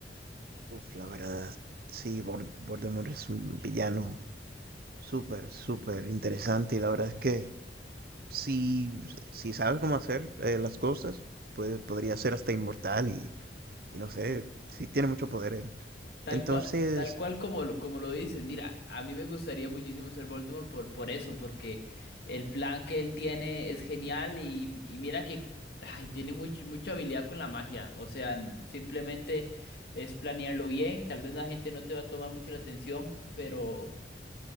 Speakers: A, on the right (about 55°); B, on the left (about 65°).
A: Uf, la verdad, sí, Vol- Voldemort es un villano Súper, súper interesante. Y la verdad es que si, si sabes cómo hacer eh, las cosas, pues podría ser hasta inmortal y, y no sé, sí tiene mucho poder él.
B: Tal
A: Entonces,
B: cual, tal cual como lo, como lo dices, mira, a mí me gustaría muchísimo ser Voldemort por, por eso, porque el plan que él tiene es genial y, y mira que ay, tiene much- mucha habilidad con la magia, o sea, n- simplemente es planearlo bien, tal vez la gente no te va a tomar mucho la atención, pero,